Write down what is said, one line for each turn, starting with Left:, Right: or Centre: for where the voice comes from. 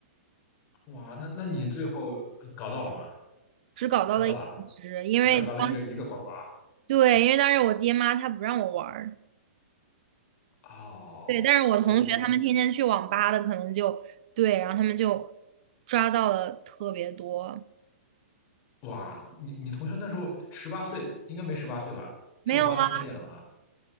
Left: 哇，那那你最后呃搞到了吗？
Right: 只搞到了一只，
Left: 搞到了，
Right: 因为当。
Left: 只找到了一个一个呱呱。
Right: 对，因为当时我爹妈他不让我玩儿，
Left: 哦，
Right: 对，但是我同学他们天天去网吧的，
Left: 我我
Right: 可能就对，然后他们就抓到了特别多。
Left: 哇，你你同学那时候十八岁，应该没十八岁吧？
Right: 没有啊，
Left: 去网吧能开电脑了？